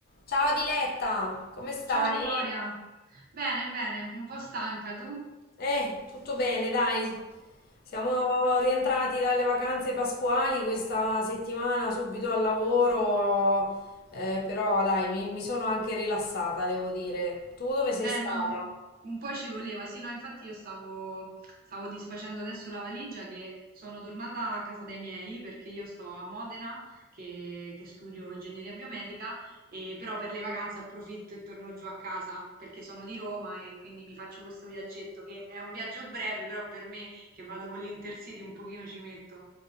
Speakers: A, on the left; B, on the right.
A: Ciao Diletta, come stai?
B: Ciao Gloria, bene, bene, un po' stanca tu?
A: Eh, tutto bene, dai. Siamo rientrati dalle vacanze pasquali questa settimana, subito al lavoro, eh, però dai, mi, mi sono anche rilassata, devo dire. Tu dove sei stata?
B: Eh no, un, un po' ci voleva, sì, no, infatti io stavo, stavo disfacendo adesso la valigia che sono tornata a casa dei miei perché io sto a Modena che, che studio ingegneria biomedica e però per le vacanze approfitto e torno giù a casa perché sono di Roma e quindi mi faccio questo viaggetto che è un viaggio breve, però per me che vado con l'Intercity un pochino ci metto,